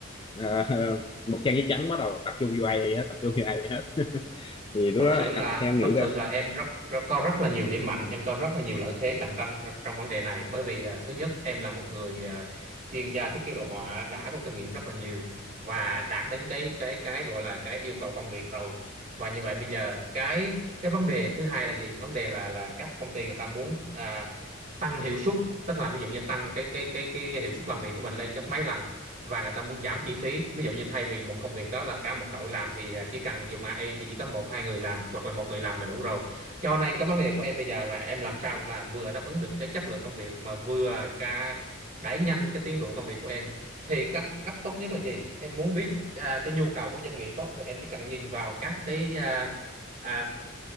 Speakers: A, on the left; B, on the right.
A: ờ, ờ, <laughs> một trang giấy trắng bắt đầu tập trung vô AI hết tập trung vô AI hết <laughs> thì lúc
B: thật
A: đó
B: sự là
A: anh- theo anh
B: thật
A: nghĩ là
B: sự là em rất, rất có rất là nhiều điểm mạnh em có rất là nhiều lợi thế cạnh tranh trong vấn đề này bởi vì à, thứ nhất em là một người à, chuyên gia thiết kế đồ họa đã có kinh nghiệm rất là nhiều và đạt đến cái cái cái gọi là cái yêu cầu công việc rồi và như vậy bây giờ cái cái vấn đề thứ hai là gì vấn đề là là các công ty người ta muốn à, tăng hiệu suất tức là ví dụ như tăng cái cái cái cái hiệu suất làm việc của mình lên gấp mấy lần và người ta muốn giảm chi phí ví dụ như thay vì một công việc đó là cả một đội làm thì à, chỉ cần dùng AI thì chỉ có một hai người làm hoặc là một người làm là đủ rồi cho nên cái vấn đề của em bây giờ là em làm sao là vừa đáp ứng được cái chất lượng công việc mà vừa cả đẩy nhanh cái tiến độ công việc của em thì cách cách tốt nhất là gì em muốn biết à, cái nhu cầu của doanh nghiệp á, thì em chỉ cần nhìn vào các cái à, à,